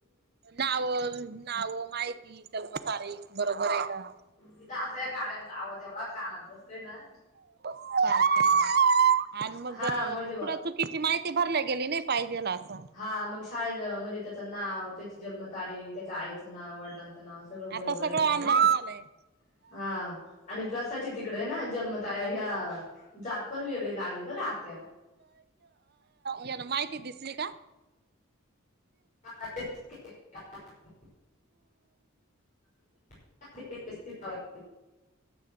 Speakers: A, on the right; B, on the left.
A: नाव, नावं माहिती त्याल मग सारे बरोबर आहे का.
B: तिथं असा या गाड्यांचा आवाज एवढा कानात बसतोय ना.
A: <unintelligible> आज मग
B: हा
A: पु
B: म्हणजे बा
A: चुकीची माहिती भरल्या गेली नाही पाहिजेल असं.
B: हा मग शाळे म्हणजे त्याचं नाव, त्याची जन्मतारीख, त्याच्या आईचं नाव, वडिलांचं नाव सगळं बरोबर
A: आता सगळं
B: आहे का नाही
A: ऑनलाईन
B: नाही का
A: झालंय.
B: हा आणि प्रसाची तिकडे आहे ना जन्म ता ह्या जात पण वेगळी लागली बर आत्या.
A: याला माहिती दिसली का?
B: <unintelligible> <unintelligible>